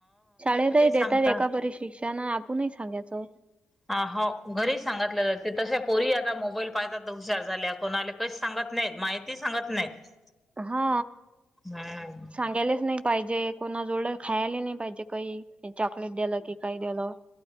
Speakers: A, on the right; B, in the centre.
A: शाळेतही
B: सांगतात
A: देतात एका परी शिक्षण आपणही सांगायचं.
B: हा हो घरी सांगितलं जाते तशा पोरीही आता मोबाईल पाहतात हुशार झाल्या कोणाले काहीच सांगत नाहीत माहिती सांगत नाहीत.
A: हा
B: हम्म
A: सांगायलेच नाही. पाहिजे कोणा जोवळ खायला नाही पाहिजे काही चॉकलेट दिलं की काही दिलं‌.